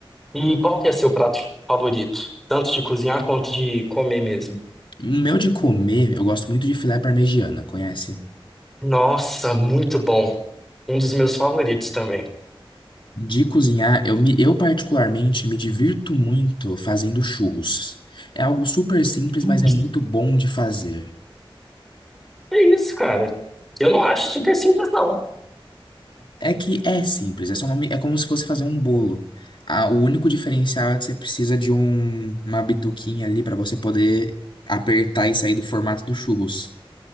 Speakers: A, in the centre; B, on the left.
A: E qual que é seu prato favorito? Tanto de cozinhar quanto de comer mesmo.
B: O meu de comer, eu gosto muito de filé parmegiana, conhece?
A: Nossa, muito bom. Um dos meus favoritos também.
B: De cozinhar, eu, me, eu particularmente me divirto muito fazendo churros. É algo super simples,
A: Hum.
B: mas é muito bom de fazer.
A: É isso, cara. Eu não acho super simples, não.
B: É que é simples, é só uma, mi- é como se fosse fazer um bolo. Ah, o único diferencial é que você precisa de um- uma bituquinha ali para você poder apertar e sair do formato do churros.